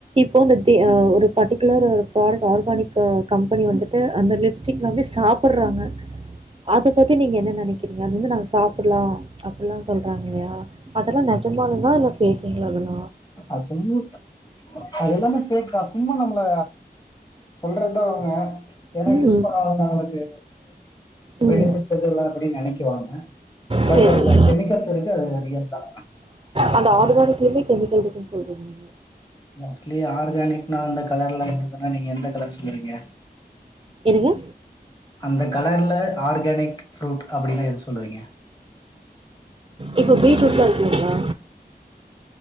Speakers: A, on the right; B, on the left.
A: இப்போ தித்தி ஆஹ் ஒரு பர்டிகுலர் ப்ராடக்ட் ஆர்கானிக்கு கம்பெனி வந்து ட்டு அந்த லிப்ஸ்டிக் எல்லாமே சாப்புட்றாங்க அத பத்தி நீங்க என்ன நெனைக்கிறீங்க அது வந்து நாங்க சாப்புட்லா அப்புல்லா சொல்றாங்க இல்லையா அதல்லாம் நெஜமாலுமா இல்ல பேக்குங்களா அதல்லா
B: <unintelligible> அது எல்லாமே பேக்தா சும்மா நம்மள சொல்றத்தா அவங்க ஏன்னா
A: ம்.
B: யூஸ் பண்ணா நமக்கு பெனிபிட்ஸ்
A: ம்.
B: ஏது இல்ல அப்புடின்னு நெனைக்குவாங்க பட்
A: சரி
B: அதுல
A: சரி
B: கெமிக்கல்ஸ் இருக்கு அது ரியல் தா
A: அந்த ஆர்கானிக்லிமே கெமிக்கல் இருக்குன்னு சொல்றீங்க நீங்க
B: மோஸ்ட்லி ஆர்கானிக்னா அந்த கலர்லா இருந்ததுன்னா நீங்க எந்த கலர் சொல்லுவீங்க
A: என்னங்க
B: அந்த கலர்ல ஆர்கானிக் ஃப்ரூட் அப்புடின்னா எது சொல்லுவீங்க
A: இப்போ பீட்ரூட்லா இருக்குயில்லிங்ளா